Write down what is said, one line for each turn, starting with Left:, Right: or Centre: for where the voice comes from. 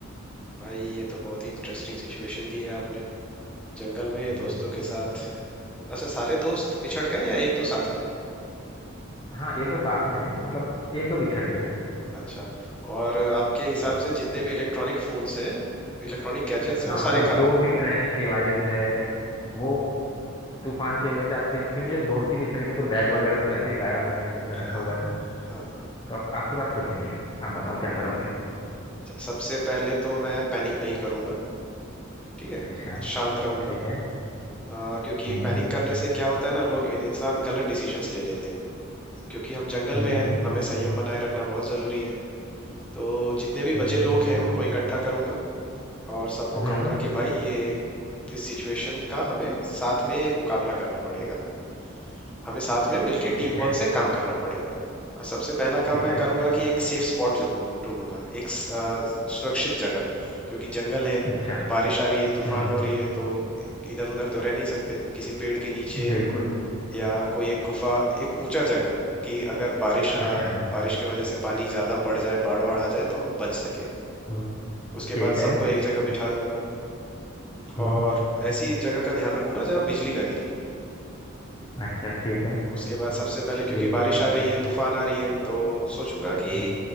Centre: भाई ये तो बहुत ही इंटरेस्टिंग सिचुएशन दी है आपने जंगल में
Left: हम्म
Centre: दोस्तों के साथ अच्छा सारे दोस्त बिछड़ गए या एक दो साथ में
Left: हाँ एक दो साथ में है मतलब एक दो बिछड़ गए
Centre: अच्छा और आपके हिसाब
Left: हैं
Centre: से जितने भी इलेक्ट्रॉनिक फोन्स हैं इलेक्ट्रॉनिक गैजेट्स
Left: हाँ
Centre: हैं वो
Left: मतलब
Centre: सारे
Left: जो
Centre: खराब हो
Left: भी
Centre: गए
Left: ट्रैकिंग डिवाइस है वो तूफान की वजह से आपके क्योंकि जब दोस्ती बिछड़ गई तो बैग वगैरह तो वैसे ही गायब हो गए हैं जिसमें रखा
Centre: हाँ
Left: हुआ था
Centre: हाँ हाँ।
Left: तो आप, आपके पास कुछ नहीं है आप बताओ क्या करोगे
Centre: अच्छा, सबसे पहले तो मैं पैनिक नहीं करूंगा ठीक है
Left: अच्छा
Centre: शांत रहूंगा
Left: ठीक है
Centre: अ, क्योंकि
Left: हम्म
Centre: पैनिक करने से क्या होता है ना लोग इन- इंसान गलत डिसीजंस ले लेते हैं क्योंकि हम जंगल
Left: हम्म
Centre: में हैं
Left: हम्म
Centre: हमें संयम बनाए रखना बहुत ज़रूरी है तो जितने भी
Left: हम्म
Centre: बचे लोग
Left: बिल्कुल
Centre: हैं उनको इकट्ठा करूंगा और सबको
Left: हम्म
Centre: कहूंगा कि भाई ये इस सिचुएशन का हमें साथ में मुकाबला करना पड़ेगा हमें साथ में मिलके
Left: ठीक
Centre: टीम वर्क
Left: है
Centre: से काम करना पड़ेगा और सबसे पहला
Left: ठीक
Centre: काम मैं
Left: है
Centre: करूंगा कि एक सेफ स्पॉट ढूंढूंगा एक स- अ, सुरक्षित जगह क्योंकि जंगल है
Left: अच्छा
Centre: बारिश आ रही है
Left: हम्म
Centre: तूफान
Left: हम्म,
Centre: हो रही है तो इधर उधर तो रह नहीं सकते किसी पेड़ के नीचे
Left: बिल्कुल
Centre: या कोई एक गुफा एक ऊंचा जगह कि अगर बारिश आ,
Left: अच्छा हाँ
Centre: बारिश की वजह से पानी ज्यादा बढ़ जाए बाढ़ बाढ़ आ जाए तो हम बच सके
Left: हम्म
Centre: उसके
Left: ठीक
Centre: बाद
Left: है
Centre: सबको एक जगह बिठा दूंगा
Left: हम्म
Centre: और ऐसी जगह का ध्यान रखूंगा जहां बिजली ना गिरे
Left: अच्छा ठीक है
Centre: उसके बाद सबसे पहले क्योंकि
Left: बिल्कुल
Centre: बारिश आ रही है तूफान आ रही है तो सोचूंगा कि
Left: हम्म,